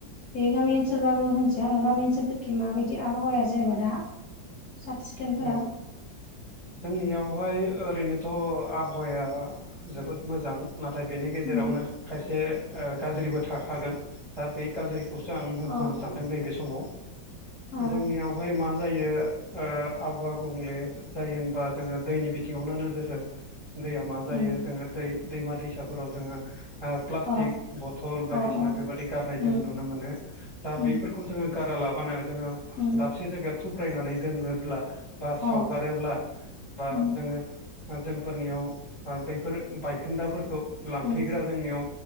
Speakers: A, on the left (about 65°); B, on the right (about 30°).
A: बे गामि ओनसोलबाबो होनसै आङो गामि ओनसोलफोरखि माबायदि आबहावाया जेनेबा दा साब सिखोनफोरा
B: औ जोंनियावहाय ओरैनोथ' आबहावाया जोबोद मोजां नाथाय बेनि गेजेरावनो
A: उम
B: खायसे ओ गाज्रिबो थाखागोन दा बै गाज्रि खौसो आं बुंख'नो
A: अ
B: सानदों नैबे समाव
A: अ
B: जोंनियावहाय मा जायो ओ आबहावा गुबुंले जायो होनबा जोङो दैनि बिथिङावनो नोजोर हो दैया मा
A: उम
B: जायो जोङो दै दैमा दैसाफोराव जोङो ओ प्लास्टिक
A: अ
B: बथल बायदिसिना
A: अ अ
B: बेबायाददि गारनाय
A: उम
B: जोङो नुनो मोनो दा
A: उम
B: बैफोरखौ जोङो गारालाबानो जोङो
A: उम
B: दाबसे जायगायाव थुब्रायनानै दोनोब्ला बा
A: अ
B: सावगारोब्ला बा
A: उम
B: जोङो जोंफोरनियाव ओ बैफोर बायखोन्दाफोरखौ लांफैग्रा
A: उम
B: जोंनियाव